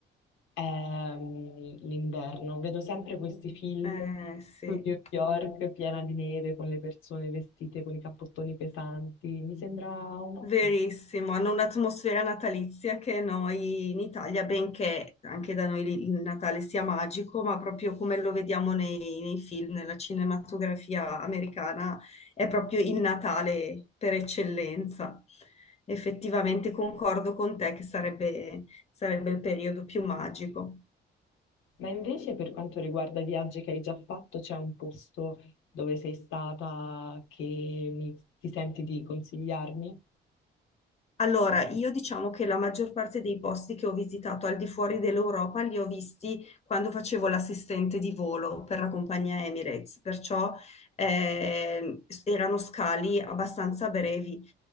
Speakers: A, on the left; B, on the left.
A: ehm, l'inverno. Vedo sempre questi film
B: Eh, sì.
A: su New York piena di neve, con le persone vestite con i cappottoni pesanti. Mi sembra un'ottima.
B: Verissimo, hanno un'atmosfera natalizia che noi in Italia, benché anche da noi lì il Natale sia magico, ma proprio come lo vediamo nei, nei film, nella cinematografia americana, è proprio il Natale per eccellenza. Effettivamente concordo con te che sarebbe, sarebbe il periodo più magico.
A: Ma invece per quanto riguarda i viaggi che hai già fatto, c'è un posto dove sei stata che mi- ti senti di consigliarmi?
B: Allora, io diciamo che la maggior parte dei posti che ho visitato al di fuori dell'Europa li ho visti quando facevo l'assistente di volo per la compagnia Emirates, perciò ehm, erano scali abbastanza brevi.